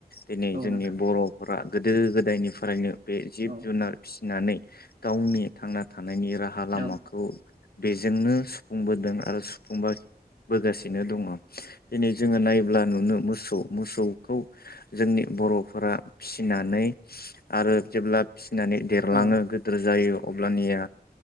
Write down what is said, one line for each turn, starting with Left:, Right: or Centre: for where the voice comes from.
Left: दिनै
Right: औ
Left: जोंनि
Right: नोंथां
Left: बर'फोरा गोदो गोदायनिफ्रायनो बे जिब
Right: औ
Left: जुनार फिसिनानै, गावनि थांना था थानायनायनि राहा लामाखौ,
Right: औ
Left: बेजोंनो सुफुंबोदों आरो सुफुंबा, बोगासिनो दङ दिनै जोङो नायब्ला नुनो मोसौ मोसौखौ जोंनि बर'फोरा फिसिनानै आरो जेब्ला फिनानै देरलाङो
Right: औ
Left: गिदिर जायो, अब्लानिया,